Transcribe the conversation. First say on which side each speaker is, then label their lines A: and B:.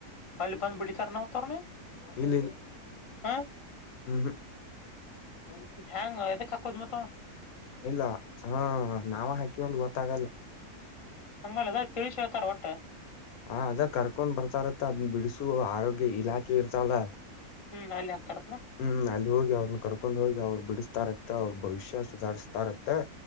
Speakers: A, on the left (about 30°); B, on the left (about 75°).
A: ಅಲ್ಲಿ ಬಂದ್ ಬಿಡಿ ತರಣ ಹೊತ್ತರನ
B: ಇಲ್ಲಿ
A: ಹಾ
B: ಹ್ಮ ಹ್ಮ <inaudible>
A: ಹ್ಯಾಂಗ ಎದಕ್ ಹಾಕೋದ್ ಮ
B: ಇಲ್ಲ ಹಾ ನಾವ ಹಾಕಿವ ಒಂದು ಗೊತ್ತಾಗಲ್ಲ
A: ಹಂಗಲ್ಲ ಅದ ತಿಳಿಸಿ ಹೇಳ್ತಾರ ಒಟ್ಟೆ
B: ಹ ಅದ ಕರ್ಕೊಂಡ್ ಬರ್ತಾರತ್ತ ಅದ್ ಬಿಡ್ಸು ಆರೋಗ್ಯ ಇಲಾಖೆ ಇರ್ತಾವಲ್ಲ
A: ಹ್ಮ್ ಅಲ್ಲಾ ತರ <inaudible>
B: ಹ್ಮ್ ಅಲ್ಲಿ ಹೋಗಿ ಅವ್ರನ್ನ ಕರ್ಕೊಂಡ್ ಹೋಗಿ ಅವ್ರು ಬಿಡಿಸಸ್ತಾ ಇರತ್ತೆ ಅವ್ರ ಭವಿಷ್ಯ ಸುಧಾರಸ್ತಾ ಇತ್ತೆ